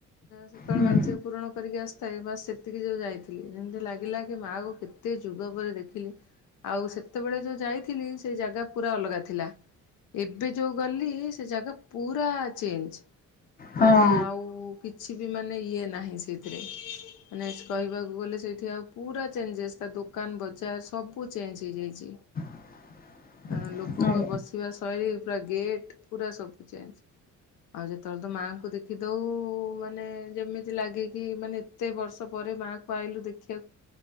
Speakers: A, on the left (about 80°); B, on the left (about 30°).
A: ସେତେବେଳେ
B: ହୁଁ।
A: ମାନସିକ ପୂରଣ କରିକି ଆସିଥାଏ, ବାସ୍ ସେ ସେତିକି ଯୋଉ ଯାଇଥିଲି, ଯେମିତି ଲାଗିଲା କି ମାଆ କୁ କେତେ ଯୁଗ ପରେ ଦେଖିଲି। ଆଉ ସେତେବେଳେ ଯୋଉ ଯାଇଥିଲି ସେ ଜାଗା ପୁରା ଅଲଗା ଥିଲା। ଏବେ ଯୋଉ ଗଲି ସେ ଜାଗା ପୁରା ଚେଞ୍ଜ।
B: ହଁ
A: ମାନେ ଆଉ କି କିଛି ବି ମାନେ ଇଏ ନାହିଁ ସେଇଥିରେ। ମାନେ କହିବାକୁ ଗଲେ ସେଇଠି ଆଉ ପୁରା ଚେଞ୍ଜେସ୍ ତା ଦୋକାନ ବଜାର ସବୁ ଚେଞ୍ଜ ହେଇଯାଇଚି।
B: <inaudible>
A: ଆ ଲୋକଙ୍କ
B: ଆଉ
A: ବସିବା ଶୈଳୀ ପୁରା ଗେଟ୍ ପୁରା ସବୁ ଚେଞ୍ଜ। ଆଉ ଯେତେବେଳେ ତ ମାଆଙ୍କୁ ଦେଖି ଦଉ ମାନେ ଯେମିତି ଲାଗେ କିି ମାନେ କେତେ ବର୍ଷ ପରେ ମା କୁ ଆଇଲୁ ଦେଖିବାକୁ।